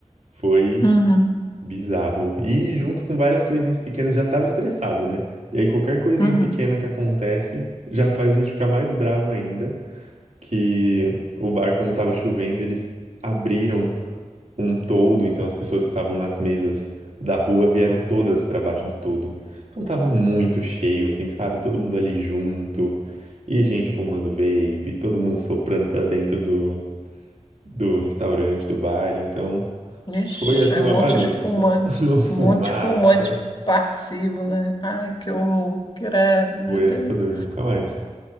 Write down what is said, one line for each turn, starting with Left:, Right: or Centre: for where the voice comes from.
Right: foi
Left: Uhum,
Right: Bizarro. E junto com várias coisinhas pequenas já tava estressado, né? E aí qualquer coisinha
Left: uhum.
Right: pequena que acontece já faz a gente ficar mais bravo ainda. Que o bar, como tava chovendo, eles abriram um toldo, então as pessoas que estavam nas mesas da rua vieram todas pra baixo do toldo. Então tava muito cheio, assim, sabe? Todo mundo ali junto. E gente fumando vape, todo mundo soprando pra dentro do, do restaurante, do bar. Então.
Left: Ixi,
Right: Foi assim
Left: é
Right: uma
Left: um monte
Right: bagunça,
Left: de fumante,
Right: <laughs> uma fumaça.
Left: um monte de fumante passivo, né? Ai, que horror, credo, meu
Right: Foi
Left: Deus.
Right: assustador, nunca mais.